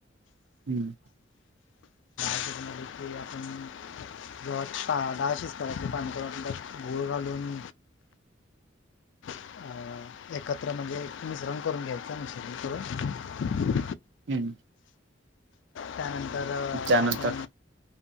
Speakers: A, on the right; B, on the left.
A: हम्म
B: जना आप आपण जेव्हाात शळाा शिस्तराच्या पानकुरात घूळ घलून अ, एकत्र म्हणजे एकमच रंग करून घ्यायचा निसर्गड
A: हं
B: त्यानंतर
A: त्यानंतर
B: आपण